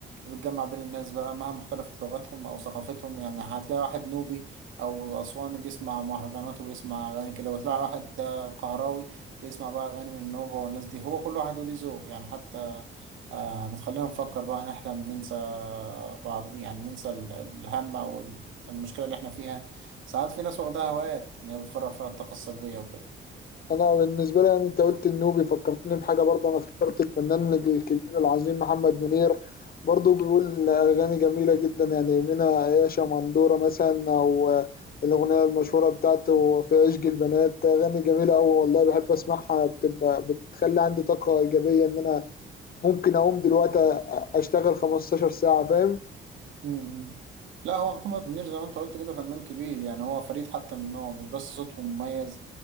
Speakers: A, on the right; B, on the left.
A: بتجمع بين الناس بقى مهما اختلفت لغتهم أو ثقافتهم يعني هتلاقي واحد نوبي أو أسواني بيسمع مهرجانات وبيسمع أغاني كده وتلاقي واحد آه، قهراوي بيسمع بقى أغاني من النوبة والناس دي هو كل واحد وليه ذوق يعني حتى آه بتخلينا نفكر بقى نحلم ننسى بعض يعني ننسى ال- الهم أو ال- المشكلة اللي احنا فيها ساعات في ناس واخدها هوايات إن هي بتفرغ فيها الطاقة السلبية وكده
B: انا بالنسبه لي يعني انت قلت النوبي فكرتني بحاجه برضه انا افتكرت الفنان الكبير العظيم محمد منير برضه بيقول اغاني جميله جدا يعني منها يا شمندوره مثلا او الاغنيه المشهوره بتاعته في عشق البنات اغاني جميله قوي والله بحب اسمعها بتبقى بتخلي عندي طاقه ايجابيه ان انا ممكن اقوم دلوقتي اشتغل 15 ساعه فاهم
A: مم. لا هو محمد منير زي ما انت قلت كده فنان كبير يعني هو فريد حتى من نوعه مش بس صوته مميز